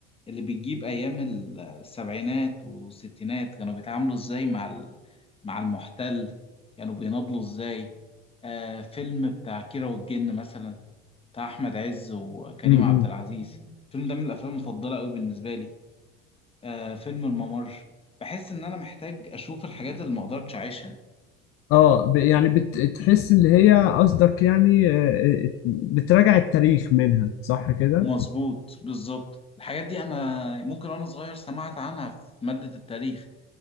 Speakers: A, on the left; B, on the left.
A: اللي بتجيب أيام السبعينات والستينات كانوا بيتعاملوا إزاي مع ال- مع المحتل كانوا بيناضلوا إزاي آه فيلم بتاع كيرة والجن مثلا بتاع أحمد عز وكريم
B: امم
A: عبد العزيز الفيلم ده من الأفلام المفضلة أوي بالنسبة لي آه فيلم الممر بحس إن أنا محتاج أشوف الحاجات اللي مقدرتش أعيشها دي
B: اه ب... يعني بتحس اللي هي قصدك يعني آه، آه، بتراجع التاريخ منها صح كده؟
A: مظبوط بالظبط الحاجات دي أنا ممكن وأنا صغير سمعت عنها في مادة التاريخ